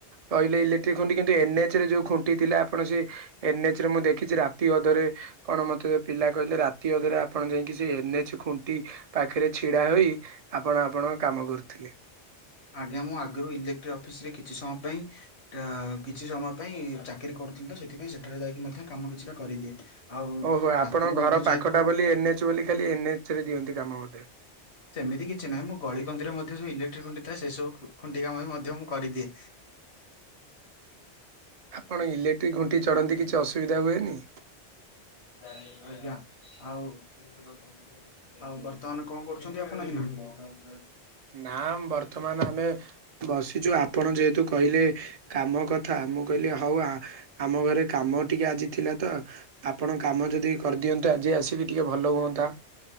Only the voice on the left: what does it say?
ଆଜ୍ଞା, ମୁଁ ଆଗରୁ ଇଲେକ୍ ଟିଏ ଅଫିସ୍ ରେ କିଛି ସମୟ ପାଇଁ ଅ କିଛି ସମୟ ପାଇଁ ଚାକିରି କରୁଥିଲି ତ, ସେଥିପାଇଁ ସେଠାରେ ଯାଇଁକି ମଧ୍ୟ କାମ କିଛିଟା କରିଦିଏ। ଆଉ
ରାତିରେ
ମଧ୍ୟ
ଯେହେତୁ
ସେମିତି କିଛି ନାହିଁ, ମୁଁ ଗଳି କନ୍ଦିରେ ମଧ୍ୟ ଯୋଉ ଇଲେକ୍ଟ୍ରିକ ଖୁଣ୍ଟି ଥାଏ, ସେ ସବୁ ଖୁଣ୍ଟି କାମ ବି ମଧ୍ୟ ମୁଁ କରିଦିଏ। <inaudible>
ଆଜ୍ଞା, ଆଉ ଆଉ ବର୍ତ୍ତମାନ କଣ କରୁଛନ୍ତି ଆପଣ ଏଇନା?